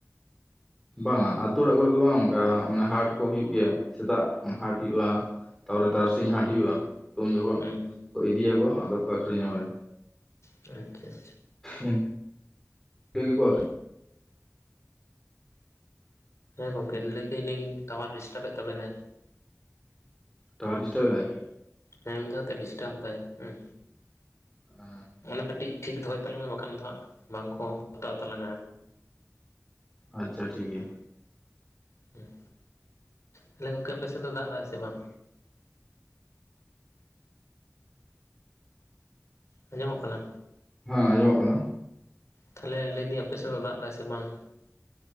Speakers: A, in the centre; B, on the left (about 65°).
A: ᱵᱟᱝ ᱟᱹᱛᱩ ᱚᱲᱟᱜ ᱠᱚᱨᱮ ᱫᱚ ᱵᱟᱝ ᱚᱱᱠᱟ ᱦᱟᱴ ᱠᱚ ᱦᱩᱭᱩᱜ ᱜᱮᱭᱟ᱾ᱥᱮᱛᱟᱜ ᱦᱟᱴ ᱦᱩᱭᱩᱜᱼᱟ ᱛᱟ ᱯᱚᱨᱮ ᱛᱟᱨᱟ ᱥᱤᱧ ᱦᱟᱴ ᱦᱩᱭᱩᱜᱼᱟ ᱩᱱ ᱡᱚᱠᱷᱚᱡ
B: ᱦᱮᱸ
A: ᱤᱫᱤ ᱭᱟᱠᱚ ᱟᱫᱚ ᱠᱚ ᱟᱠᱷᱨᱤ ᱧᱟ ᱚᱸᱰᱮ
B: ᱟᱪᱪᱷᱟ ᱟᱪᱪᱷᱟ
A: ᱤᱱᱠᱟᱹ ᱜᱮᱠᱚ ᱟᱠᱷᱨᱤᱧ
B: ᱦᱮᱸ ᱜᱚᱢᱠᱮ ᱞᱟᱹᱭ ᱫᱟᱞᱤᱧ ᱴᱟᱣᱟᱨ ᱰᱤᱥᱴᱟᱵ ᱮᱫ ᱛᱟᱵᱤ ᱱᱟᱭ
A: ᱴᱟᱣᱟᱨ ᱫᱤᱥᱴᱟᱵ ᱮᱫ ᱟᱭ
B: ᱦᱮᱸ ᱢᱤᱫ ᱫᱷᱟᱣ ᱠᱟᱛᱮ ᱰᱤᱥᱴᱟᱵ ᱫᱟᱭ ᱦᱮᱸ
A: <inaudible>
B: ᱚᱱᱟ ᱠᱟᱹᱴᱤᱡ ᱴᱷᱤᱠ ᱫᱚᱦᱚᱭ ᱛᱟᱞᱟᱝ ᱢᱮ ᱵᱟᱠᱷᱟᱱ ᱫᱚ ᱦᱟᱸᱜ ᱵᱟᱝ ᱠᱚ ᱦᱟᱛᱟᱣ ᱛᱟᱞᱟᱝᱼᱟ᱾
A: ᱟᱪᱪᱷᱟ ᱴᱷᱤᱠ ᱜᱮᱭᱟ᱾
B: ᱦᱮᱸ ᱛᱟᱦᱚᱞᱮ ᱜᱚᱢᱠᱮ ᱟᱯᱮ ᱥᱮᱫ ᱫᱚ ᱫᱟᱜ ᱫᱟᱭ ᱥᱮ ᱵᱟᱝ? ᱟᱸᱡᱚᱢᱚᱜ ᱠᱟᱱᱟ᱾
A: ᱦᱮᱸ ᱟᱸᱡᱚᱢᱚᱜ ᱠᱟᱱᱟ᱾
B: ᱛᱟᱦᱚᱞᱮ ᱞᱟᱹᱭ ᱫᱟᱹᱧ ᱟᱯᱮ ᱥᱮᱜ ᱫᱚ ᱫᱟᱜ ᱫᱟᱭ ᱥᱮ ᱵᱟᱝ?